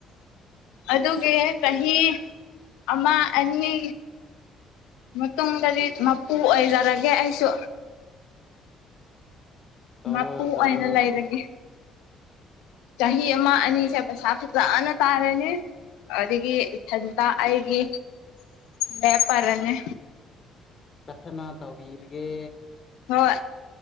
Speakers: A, on the left (about 85°); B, on the left (about 45°).
A: ꯑꯗꯨꯒꯤ ꯆꯍꯤ ꯑꯃ ꯑꯅꯤ ꯃꯇꯨꯡꯗꯗꯤ ꯃꯄꯨ ꯑꯣꯏꯖꯔꯒꯦ ꯑꯩꯁꯨ
B: ꯇꯧꯔꯣ
A: ꯃꯄꯨ
B: ꯇꯧꯔꯣ
A: ꯑꯣꯏꯅ ꯂꯩꯔꯒꯦ ꯆꯍꯤ ꯑꯃ ꯑꯅꯤ ꯄꯩꯁꯥ ꯐꯖꯅ ꯇꯥꯔꯅꯤ ꯑꯗꯨꯗꯒꯤ ꯏꯊꯟꯇ ꯑꯩꯒꯤ ꯕꯄꯔꯟꯅ
B: ꯀꯊꯅꯥ ꯇꯧꯕꯤꯤꯔꯒꯦ
A: ꯍ